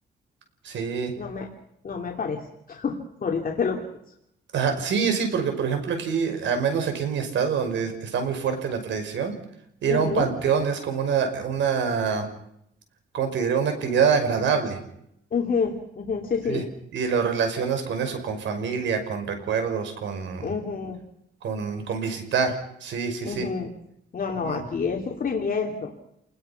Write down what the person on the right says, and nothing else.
sí.
Ajá, Sí, sí, porque por ejemplo aquí, al menos aquí en mi estado, donde está muy fuerte la tradición, ir
a un panteón es como una, una, ¿cómo te diré? Una actividad agradable.
Sí.
Y lo relacionas con eso, con familia, con recuerdos, con,
con, con visitar. Sí, sí,
sí.
Bien.